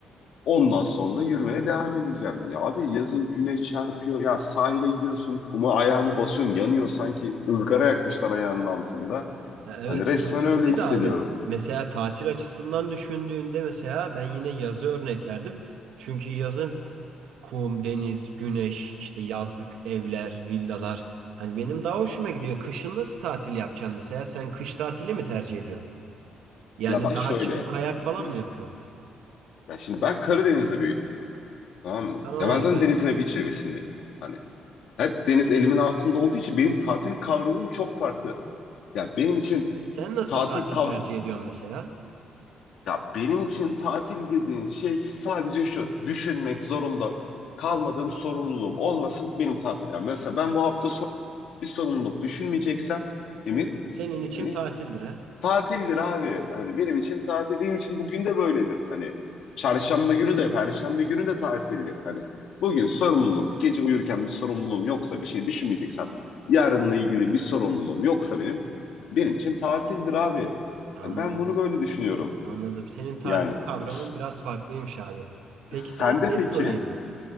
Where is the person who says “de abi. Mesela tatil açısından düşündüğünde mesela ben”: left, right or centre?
Right